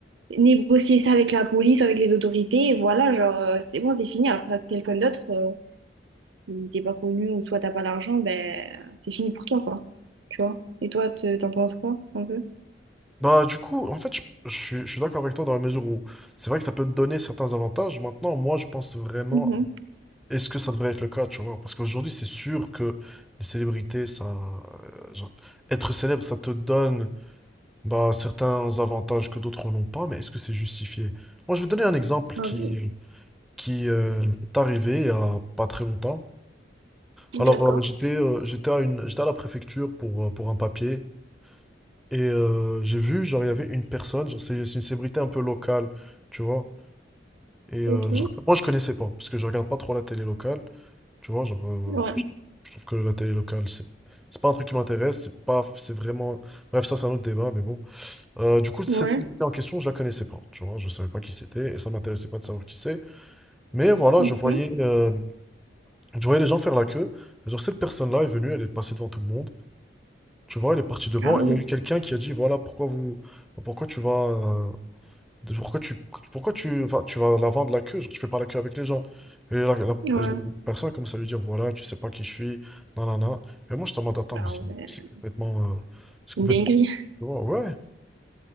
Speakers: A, on the right; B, in the centre.
A: négocier ça avec la police, avec les autorités, et voilà, genre, euh, c'est bon, c'est fini. Alors que quelqu'un d'autre, euh, il t'est pas connu, ou soit t'as pas l'argent, ben, c'est fini pour toi, quoi. Tu vois? Et toi, te- t'en penses quoi, un peu?
B: Bah, du coup, en fait, je, je suis je suis d'accord avec toi dans la mesure où c'est vrai que ça peut te donner certains avantages. Maintenant, moi, je pense vraiment,
A: Mhm.
B: est-ce que ça devrait être le cas, tu vois? Parce qu'aujourd'hui, c'est sûr que les célébrités, ça, euh, genre, être célèbre, ça te donne. Bah, certains avantages que d'autres n'ont pas, mais est-ce que c'est justifié? Moi, je vais donner un exemple
A: Grave.
B: qui, qui euh, est arrivé il y a pas très longtemps.
A: Mhm.
B: Alors,
A: D'accord.
B: euh, j'étais euh, j'étais à une, j'étais à la préfecture pour, euh, pour un papier et euh, j'ai vu, genre, il y avait une personne, genre, c'est c'est une célébrité un peu locale, tu vois. Et
A: Ok.
B: euh, genre, moi, je connaissais pas, parce que je regarde pas trop la télé locale, tu vois. Genre, euh,
A: Ouais.
B: je trouve que la télé locale, c'est c'est pas un truc qui m'intéresse, c'est pas, c'est vraiment. Bref, ça, c'est un autre débat, mais bon. Heu, du coup, cette
A: Ouais.
B: célébrité en question, je la connaissais pas, tu vois? Je savais pas qui c'était et ça m'intéressait pas de savoir qui c'est. Mais voilà,
A: Mhm.
B: je voyais, hem, je voyais les gens faire la queue. Et Genre cette personne-là est venue, elle est passée devant tout le monde, tu vois? Elle est partie devant
A: Ah
B: et
A: oui.
B: il y a eu quelqu'un qui a dit: «Voilà, pourquoi vous pourquoi tu vas, heu, de pourquoi tu pourquoi tu vas tu vas la vendre la queue? Genre tu fais pas la queue avec les gens». Et la la la
A: Ouais.
B: personne a commencé à lui dire: «Voilà, tu sais pas qui je suis, nanana». Et moi, je te demande «Attends,
A: Ah
B: mais c'est
A: ouais.
B: c'est complètement, heu, c'est
A: C'est
B: complètement»
A: une dinguerie.
B: tu vois? Ouais.